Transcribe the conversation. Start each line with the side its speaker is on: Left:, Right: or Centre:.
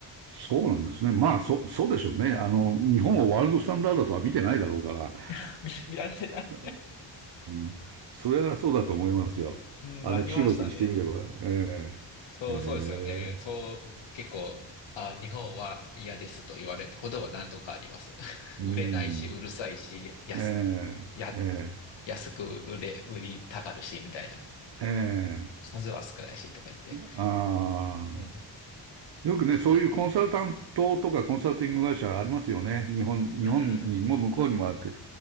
Right: そうなんですね。まあ、そ、そうでしょうね。あの、日本をワールドスタンダードとは見てないだろうから。
Left: <laughs> 見、見られてない
Right: <laughs> うん。それはそうだと思いますよ。あの、
Left: うん、ありましたね。
Right: 中国にしてみれば。ええ。
Left: そう、
Right: ええ。
Left: そうですよね。そう、うん結構、あ、日本は嫌ですと言われたことは何度かあります。<laughs>
Right: うん。
Left: 売れないし、うるさいし、安、
Right: ええ。
Left: や、
Right: え
Left: 安く売れ、売りたがるし、みたいな。
Right: え。ええ。
Left: 数は少ないしとか言って。
Right: ああ。
Left: うん。
Right: よくね、そういうコンサルタントとかコンサルティング会社ありますよね。日本、日本にも向こうにもあって。
Left: うんうん。